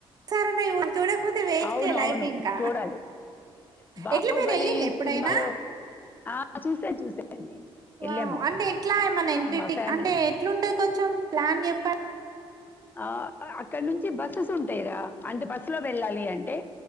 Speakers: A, on the right; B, on the left.
A: సరేన్న చూడకపోతే వేస్టే
B: అవును
A: లైఫ్
B: అవును
A: ఇంకా
B: చూడాలి. 'బాహుబలి'
A: ఎట్లా మీరు ఎళ్ళిళ్ల ఎప్పుడైనా
B: సినిమాలో ఆ! చూసా చూసాను నేను. ఎళ్ళాం
A: వావ్
B: మేము.
A: అంటే ఎట్లా మన
B: ఆ!
A: ఎంటేటిక్
B: మా ఫ్యామిలీ.
A: అంటే ఎట్లుంటది కొంచెం ప్లాన్ చెప్ప
B: ఆ, అక్కడ నుంచి బస్సెస్ ఉంటాయిరా. అంటే బస్సు లో వెళ్లాలి అంటే.